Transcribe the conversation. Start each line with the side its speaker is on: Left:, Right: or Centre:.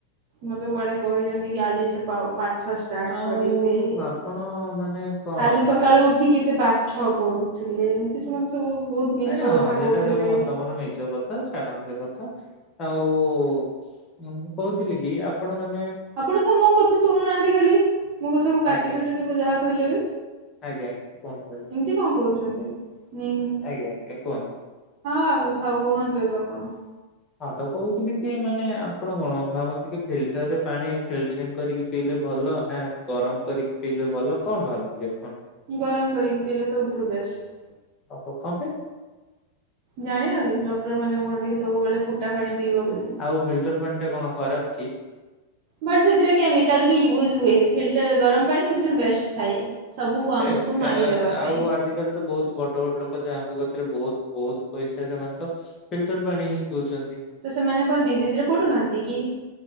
Right: ମତେ କୁଆଡେ କହିଛନ୍ତି କି ଆଜି ସେ ପାଠ ଷ୍ଟାର୍ଟ
Left: ଆଉ
Right: କରିବେ।
Left: ଆପଣ ମାନେ କଣ
Right: କାଲି
Left: ପା
Right: ସକାଳୁ ଉଠିକି ସେ ପାଠ ପଢୁଥିଲେ। ଏମିତି ସମତେ ସବୁ ବହୁତ ମିଛ
Left: ନାଇଁ ନାଇ ହଁ
Right: କଥା
Left: ସେଇଟା
Right: କହୁଥିଲେ
Left: ସବୁ ତମର ନିଜ କ ସେ ଛାଡନ୍ତୁ ସେ କଥା। ଆଉ ମୁଁ କହୁଥିଲି କି ଆପଣ ମାନ
Right: ଆପଣ କଣ ମୋ କଥା ଶୁଣୁନାହାନ୍ତି। ଖାଲି ମୋ କଥାକୁ କାଟି
Left: ଆଜ୍ଞା
Right: ଦଉଛନ୍ତି ମୁଁ ଯାହା କହିଲେ ବି?
Left: ଆଜ୍ଞା। ଆଜ୍ଞା କୁହନ୍ତୁ
Right: ଏମିତି କଣ କରୁଛନ୍ତି? ହଁ,
Left: ଆଜ୍ଞା ଆଜ୍ଞା ଆଜ୍ଞା କୁହନ୍ତୁ।
Right: ଆଉ ଥାଉ କୁହନ୍ତୁ ଏବେ ଆପଣ?
Left: ହଁ ତ କହୁଥିଲି କି ମାନେ -ଆପଣ କଣ ଭାବନ୍ତି କି, ଫିଲ୍ଟର ରେ ପାଣି ଫିଲଟ କରିକି ପିଇଲେ ଭଲ, ନା ଗରମ କରିକି ପିଇଲେ ଭଲ, କଣ ଭାବନ୍ତି? ଆପଣ?
Right: ଗରମ କରିକି ପିଇଲେ ସବୁଥିରୁ ବେଷ୍ଟ।
Left: ଓହୋ କଣ ପାଇଁ
Right: ଜାଣିଲ କି? ଡକ୍ଟର ମାନେ କୁହନ୍ତି କି ସବୁବେଳେ ଫୁଟା ପାଣି ପିଇବ ବୋଲି
Left: ଆଉ ଫିଲ୍ଟର ପାଣି ଟା କଣ ଖରାପ କି?
Right: ବଟ -ସେଥିରେ କେମିକାଲ ବି ଇଉଜ ହୁଏ, ଫିଲଟର ଗରମ ପାଣି ସବୁଠାରୁ ବେଷ୍ଟ ଥାଏ। ସବୁ
Left: ଆଁ
Right: ୱାର୍ମସକୁ
Left: ଯେ
Right: ମାରିଦେବା
Left: ଆଉ
Right: ପାଇଁ
Left: ଆଜିକାଲି ତ ବହୁତ ବଡ ବଡ ଲୋକ ଙ୍କତିରେ ବହୁତ ବହୁତ ପଇସା, ସେମାନେ ତ ଫିଲଟର ପାଣି ହିଁ ପିଉଛନ୍ତି
Right: ତ ସେମାନେ କଣ ଡିଜିଜ ରେ ପଡୁନାହାନ୍ତି କି?